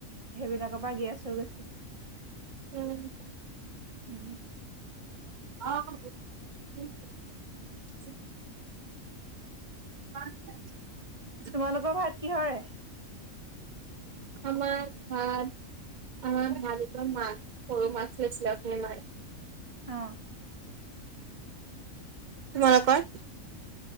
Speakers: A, on the right (about 30°); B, on the right (about 65°).
A: সেইবিলাকৰ পৰা গেছ হৈ গৈছে।
B: উম',
A: উম',
B: আহ', <unintelligible>
A: তোমালোকৰ ভাত কিহৰে
B: আমাৰ ভাত আমাৰ ভাত এ মাছ সৰু মাছ আছিলে মায়
A: অ',
B: তোমালাৰ কত